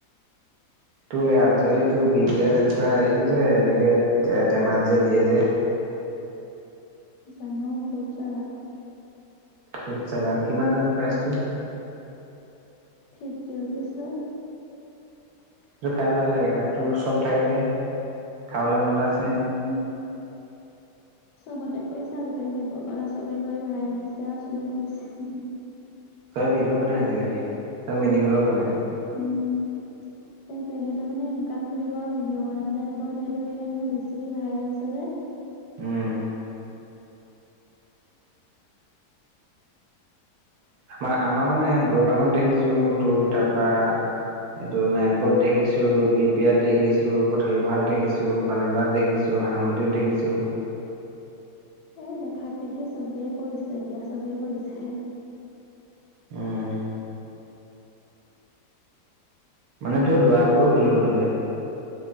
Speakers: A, on the right; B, on the left.
A: তো' আজিকালিটো বি বিয়াত এনেকুৱা এইটো যে এনেকে টেমাত যে দিয়ে যে।
B: জানো ফুদ চেলাৰ।
A: ফুট চেলাৰ কিমান জানো প্ৰাইচটো?
B: ফিফটি ৰুপিজ লয়।
A: সেইটো খাই ভাল লাগে। তাত তোৰ চ'ব থাকে যে খাবলৈ মন এটা আছে।
B: উম
A: <unintelligible>
B: চবতে কৰিছা আজিকালি সেইটোৰ পৰা, চবেই কৰি ভাইৰেল হৈছে আৰু চবেই কৰিছে।
A: চবে ভিডিঅ' বনাই আজিকালি আৰু মিনি ব্লগ বনাই।
B: উম সেইটোৱে, সেইটো মানে দোকান খুলিব আৰু ভিডিঅ' বনাই বনাই দিব সেইটো সেয়ে মানে বেছি ভাইৰেল হৈছে যে।
A: উমঁ। আমাৰ-আমাৰ মানে দৌপাঙত দেখিছো, তোৰ তাৰপৰা এইটো নাৰায়ণপুৰত দেখিছো, বি পিয়াত দেখিছো, পথালি পাৰাত দেখিছো, বানদাত দেখিছো। সামন্দিৰত দেখিছো।
B: এ দেখাক দেখি চবেই কৰিছে এতিয়া চবেই খুলিছে।
A: উম মানে তোৰ ল'ৰাবোৰো খুলিব ললে।